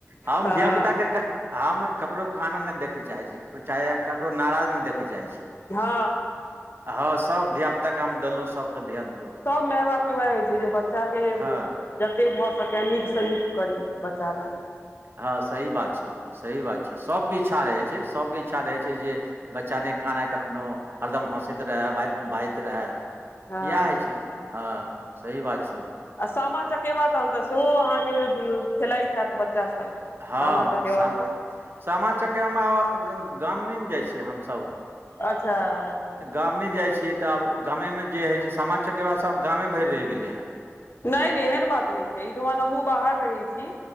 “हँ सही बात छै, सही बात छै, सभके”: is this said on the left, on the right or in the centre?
Right